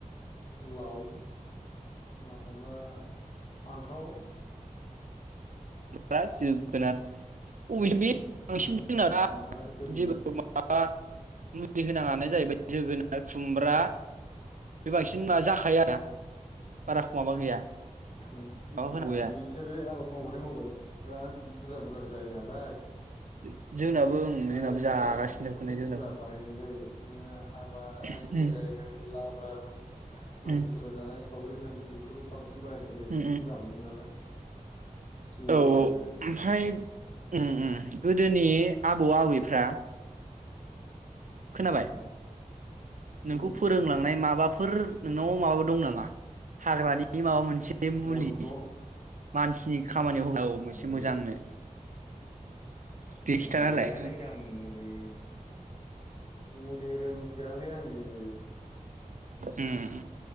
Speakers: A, on the left; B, on the right.
A: लाव माबा फानथाव
B: खुमब्रा जोगोनार अबे जों बे बांसिन
A: उम
B: जोगोनाद दा
A: खुमब्रा जोगोनार
B: जेबो माबा होनाङा जाहैबाय जोगोनार खुमब्रा बे बांसिन जाखाया बारा खु माबा गैया
A: उय
B: माबा होनांगौ
A: ओ
B: गैया
A: बिसोरो आबाद मावबाथाय मावबाय बिराद बुरजा बुरजा जायो नालाय
B: <inaudible> ओं जोंनाबो
A: आरो बिसोर
B: जागासिनो
A: बेफोरखौ
B: बेखौनो
A: बुरजा
B: जोंनाबो
A: बाहायनाय जायो नोङो हाबा एन
B: उम
A: खेराइ होन लाब्रा होन मानसिफोरा
B: उम
A: जानाय सावरि होन बेफोरखौ बांसिन बाहायनाय जायो
B: उम
A: बेखौ बुरजा मोनो नालाय एरो
B: औ
A: आरो
B: ओमफ्राय उम उम गोदोनि आबौ आबैफ्रा खोनाबाय
A: उम
B: नोंखौ
A: उम
B: फोरोंलांनाय माबा फोर नोंनाव माबा दं नामा हाग्रानि माबा मोन से मुलि
A: मन्थ्र
B: मानसिनि खामानियाव होग्रा औ मोनसे
A: मुलि
B: मोजांनो दे खिथाना
A: मुलि
B: होलाय
A: गैयालै आं मुलि मुलि रोंफेरालै आंङो दे
B: उम